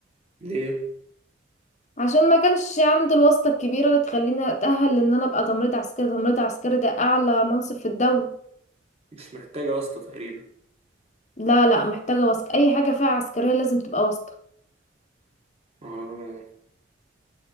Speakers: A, on the right (about 30°); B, on the left (about 35°).
A: ليه؟
B: عشان ما كانش عندي الواسطة الكبيرة اللي تخليني أتأهل لأن أنا أبقى تمريض عسكري تمريض عسكري ده أعلى منصب في الدولة
A: مش محتاجة واسطة تقريبا
B: لا لا محتاجة واسطة أي حاجة فيها عسكرية لازم تبقى واسطة
A: اه